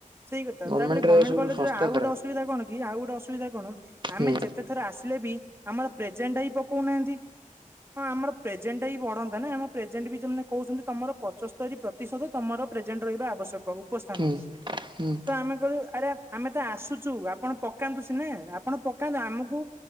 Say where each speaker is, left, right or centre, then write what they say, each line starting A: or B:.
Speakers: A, on the right; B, on the right.
A: ସେଇ କଥା
B: ଗଭର୍ଣ୍ଣମେଣ୍ଟ
A: ତାପରେ ଗମେଣ୍ଟ
B: ର ସବୁ
A: କଲେଜ
B: ସଂସ୍ଥା
A: ରେ ଆଉ
B: ଖରାପ।
A: ଗୋଟେ ଅସୁବିଧା କଣ କି ଆଉ ଗୋଟେ ଅସୁବିଧା କଣ
B: ହୁଁ
A: ଆମେ ଯେତେ ଥର ଆସିଲେ ବି ଆମର ପ୍ରେଜେଣ୍ଟଟା ବି ପକଉନାହାନ୍ତି। ହଁ ଆମର ପ୍ରେଜେଣ୍ଟ ଟା ବି ବଢନ୍ତା ନା ଆମ ପ୍ରେଜେଣ୍ଟ ବି ଯୋଉମାନେ କହୁଛନ୍ତି ତମର ପଞ୍ଚସ୍ତରୀ ପ୍ର ତିଶତ ତମର ପ୍ରେଜେଣ୍ଟ ରହିବା ଆବଶ୍ୟକ ଉପସ୍ଥାନ।
B: ହୁଁ ହୁଁ।
A: ତ ଆମେ କହିଲୁ ଆରେ ଆମେ ତ ଆସୁଛୁ ଆପଣ ପକାନ୍ତୁ ସିନା ଆପଣ ପକାନ୍ତୁ ଆମୁକୁ